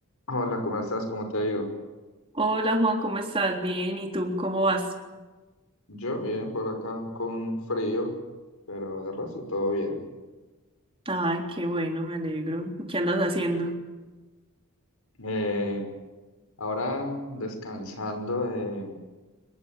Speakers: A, on the left; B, on the right.
A: Hola, ¿cómo estás? ¿Cómo te ha ido?
B: Hola Juan, ¿cómo estás? Bien, ¿y tú cómo vas?
A: Yo bien, por acá con frío, pero de resto todo bien.
B: Ay, qué bueno, me alegro. ¿Qué andas haciendo?
A: Eh, ahora descansando de,